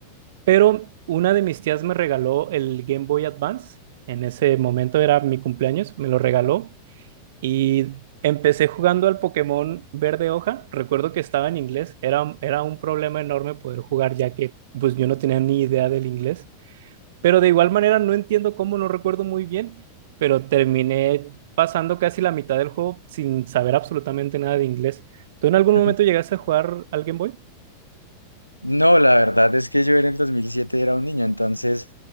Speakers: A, on the right; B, on the left.
A: Pero una de mis tías me regaló el Game Boy Advance. En ese momento era mi cumpleaños, me lo regaló y empecé jugando al Pokémon Verde Hoja. Recuerdo que estaba en inglés. Era, era un problema enorme poder jugar ya que pues yo no tenía ni idea del inglés. Pero de igual manera no entiendo cómo, no recuerdo muy bien, pero terminé pasando casi la mitad del juego sin saber absolutamente nada de inglés. ¿Tú en algún
B: <laughs>
A: momento llegaste a jugar al Game Boy?
B: No, la verdad es que yo en el 2007 era un niño, entonces